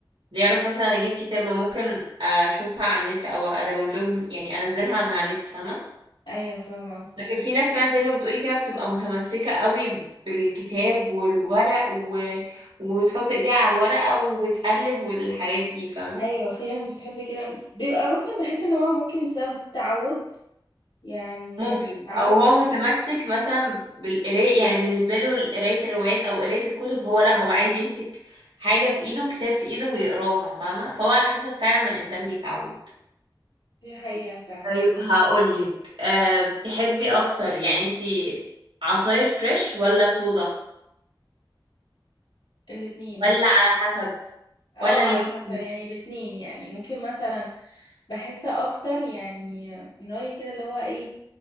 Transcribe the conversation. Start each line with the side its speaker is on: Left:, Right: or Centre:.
Right: ليه اروح مثلا اجيب كتاب ما ممكن اشوفها على النت او اداونلود يعني انزلها من على النت فاهمه
Left: ايوه فاهمة قصدك
Right: لكن في ناس فعلا زي ما بتقولي كده بتبقى متمسكة قوي بالكتاب والورق و... وتحط ايديها على الورقة وتقلب والحاجات دي فاهمة
Left: ايوه في ناس بتحب كده بيبقى مثلا بحس ان هو ممكن بسبب التعود يعني
Right: ممكن
Left: تعود
Right: او هو متمسك مثلا بالقراية يعني بالنسبة له قراية الروايات او قراية الكتب هو لا هو عايز يمسك حاجة في ايده كتاب في ايده ويقراها فاهمة فهو على حسب فعلا ما الانسان بيتعود
Left: دي حقيقة فعلا
Right: طيب هقولك أه بتحبي اكتر يعني انتي عصاير فريش ولا صودا
Left: الاتنين
Right: ولا على حسب
Left: اه
Right: ولا الاتنين
Left: على حسب يعني الاتنين يعني ممكن مثلا بحس اكتر يعني من رأيي كده اللي هو ايه